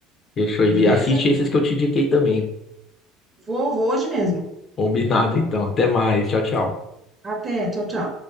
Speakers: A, on the left; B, on the right.
A: Fechou aí.
B: beleza?
A: Assiste esses que eu te indiquei também.
B: Vou, vou hoje mesmo.
A: Combinado, então. Até mais. Tchau, tchau.
B: Até, tchau, tchau.